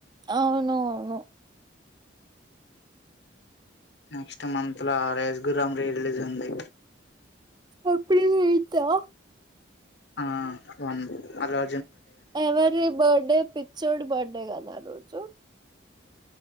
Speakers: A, on the right; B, on the left.
A: అవునవును
B: నెక్స్ట్ మంత్ లా రేజ్ గుర్రం రీ రిలీజ్ ఉంది
A: ఏప్ రల్ ఏయితా
B: ఆ వన్ అలా
A: ఎవరి బర్డే పిత్ చోడు బర్డె గద ఆ రోజు